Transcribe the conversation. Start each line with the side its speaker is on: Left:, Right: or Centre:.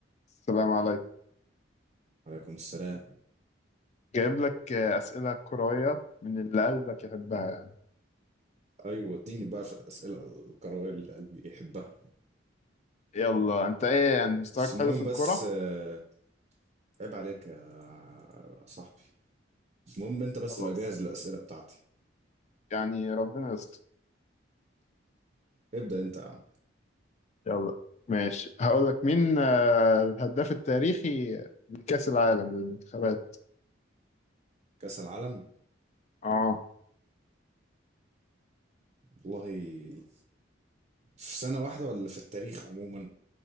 Left: السلام عليكم
Right: وعليكم السلام
Left: جايب لك آه، أسئلة كروية من اللي قلبك يحبها يعني
Right: ايوه اديني بقى في الاسئله القراءه اللي قلبي يحبها
Left: يلا أنت إيه يعني مستواك
Right: بس المهم
Left: حلو في الكرة؟
Right: بس آه، عيب عليك يا صاحبي بس المهم انت بس
Left: خلاص
Right: تبقى جاهز للاسئله بتاعتي
Left: يعني ربنا يستر
Right: ابدا انت يا عم
Left: يلا ماشي هقول لك مين آه، الهداف التاريخي لكأس العالم للمنتخبات
Right: كاس العالم
Left: آه
Right: والله في سنه واحده ولا في التاريخ عموما